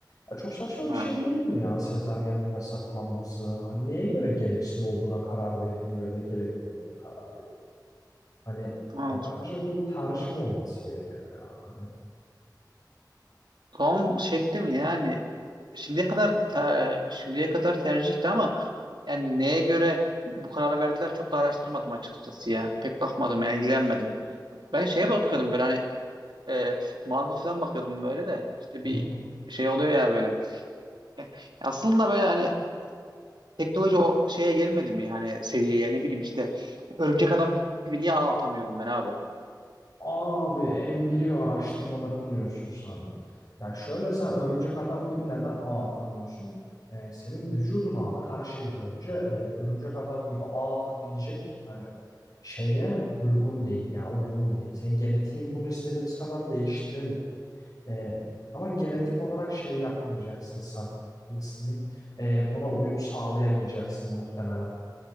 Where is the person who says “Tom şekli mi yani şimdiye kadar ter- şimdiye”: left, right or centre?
Right